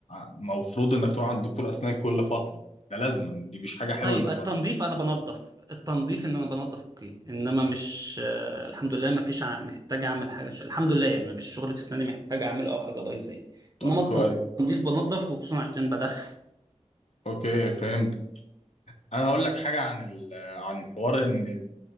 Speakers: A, on the left; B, on the right.
A: المفروض انك تروح عند دكتور اسنان كل فتره ده لازما دي مش حاجه حلوه
B: طيب
A: انك
B: التنظيف
A: ما رحت
B: انا بنظف التنظيف ان انا بنظف اوكي انما مش آه، الحمد لله ما فيش ع- محتاج اعمل حاجه ش- الحمد لله يعني ما فيش شغل في اسناني محتاج اعمله او حاجه بايظه يعني
A: طب
B: انما التنظيف
A: كويس
B: بنظف وخصوصا عشان بدخن
A: اوكي فهمت انا هقول لك حاجه عن ال... عن حوار ان